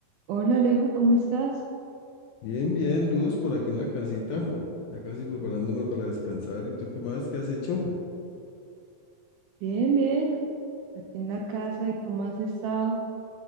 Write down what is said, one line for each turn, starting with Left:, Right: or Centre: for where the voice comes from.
Right: Hola Alejo, ¿cómo estás?
Left: Bien, bien, Luz, por aquí en la casita, ya casi preparándome para descansar. ¿Y tú qué más? ¿Qué has hecho?
Right: Bien, bien, aquí en la casa, ¿y cómo has estado?